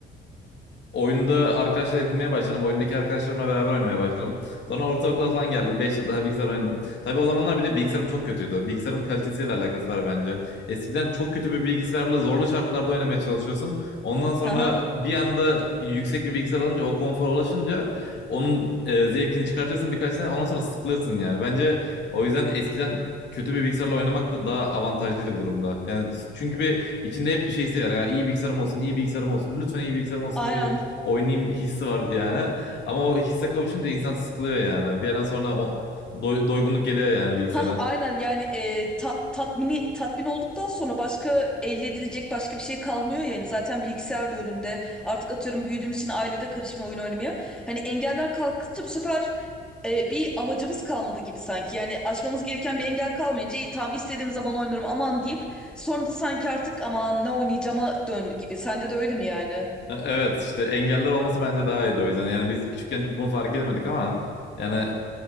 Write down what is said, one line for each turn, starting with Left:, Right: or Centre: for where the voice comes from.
Left: Oyunda arkadaşlar edinmeye başladım. Oyundaki arkadaşlarımla beraber oynamaya başladım. Sonra ortaokula falan geldim. beş yıl daha bilgisayar oynadım. Tabii o zamanlar bir de bilgisayarım çok kötüydü. Bilgisayarın kalitesiyle alakası var bence. Eskiden çok kötü bir bilgisayarla zorlu şartlarda oynamaya çalışıyorsun. Ondan sonra
Centre: Hı hı.
Left: bir anda yüksek bir bilgisayar alınca o konfora ulaşınca onun e, zevkini çıkartıyorsun birkaç sene. Ondan sonra sıkılıyorsun yani. Bence o yüzden eskiden kötü bir bilgisayarla oynamak da daha avantajlıydı bu durumda. Yani çünkü bir İçinde hep bir şeysi var ya. iyi bilgisayarım olsun, iyi bilgisayarım olsun. Lütfen iyi bilgisayarım olsun
Centre: Aynen.
Left: da bir oynayayım bir hissi var yani. Ama o hisse kavuşunca insan sıkılıyor yani. Bir yerden sonra o doy- doygunluk geliyor yani bilgisayara.
Centre: Hah, aynen yani e, ta- tatmini tatmin olduktan sonra başka elde edilecek başka bir şey kalmıyor yani zaten bilgisayar da önünde artık atıyorum büyüdüğümüz için ailede karışmaya oyun oynamaya hani engeller kalkınca bu sefer e, bir amacımız kalmadı gibi sanki yani aşmamız gereken bir engel kalmayınca iyi tamam istediğim zaman oynarım aman deyip sonra da sanki artık aman ne oynayacağıma döndü gibi sende de öyle mi yani?
Left: E, Evet işte engeller olması bence daha iyiydi o yüzden. Yani biz küçükken bunu fark edemedik ama yani